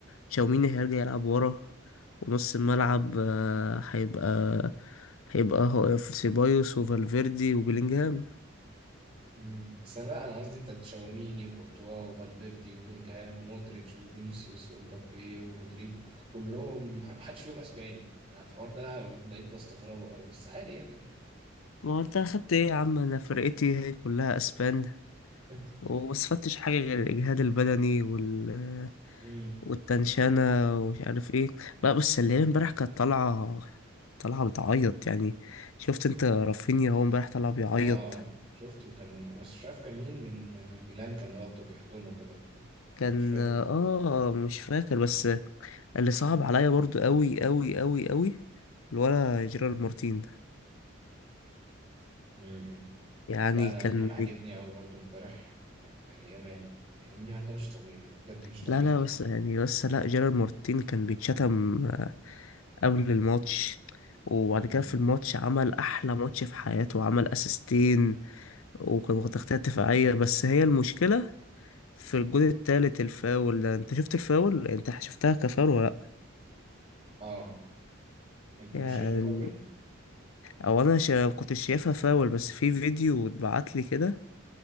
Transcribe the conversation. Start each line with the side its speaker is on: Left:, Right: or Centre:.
Left: تشاوميني هيرجع يلعب ورا ونص الملعب آه، هيبقى هيبقى هو في سيبايوس وفالفيردي وبيلينجهام
Right: امم بس انا لا انا قصدي انت تشاوميني وكورتوا وفالفيردي وبيلينجهام ومودريتش وفينيسيوس ومبابي ورودريجو كلهم <laughs> محدش فيهم اسباني انا الحوار ده بقيت بستغربه قوي بس عادي يعني
Left: ما هو انت اخدت ايه يا عم انا فرقتي هي كلها اسبان
Right: <laughs>
Left: وما استفدتش حاجه غير الاجهاد البدني وال
Right: امم
Left: والتنشانه ومش عارف ايه بقى بس اللي هي امبارح كانت طالعه طالعه بتعيط يعني شفت انت رافينيا هو امبارح طالع بيعيط
Right: اه اه شفته كان بس مش عارف كان مين من آه، ميلان كان واخده بيحضنه كده وبتاع.
Left: كان
Right: مش فاكر
Left: اه
Right: بس
Left: مش فاكر بس اللي صعب عليا برضو قوي قوي قوي قوي الولا جيرارد مارتين ده
Right: امم
Left: يعني
Right: لا انا
Left: كان
Right: اللي كان
Left: بي...
Right: عاجبني قوي برضو امبارح آه، يامال يمين يامال ده مش طبيعي ده بجد مش طبيعي
Left: لا لا بس يعني بس لا جيرارد مارتين كان بيتشتم قبل الماتش وبعد
Right: امم
Left: كده في الماتش عمل احلى ماتش في حياته وعمل اسيستين وكان واخد تغطية دفاعية بس هي المشكلة في الجون التالت الفاول ده انت شفت الفاول انت شفتها كفاول ولا لا
Right: اه انت
Left: يعني
Right: مش شايفه فاول
Left: او انا شا... كنت شايفها فاول بس في فيديو اتبعت لي كده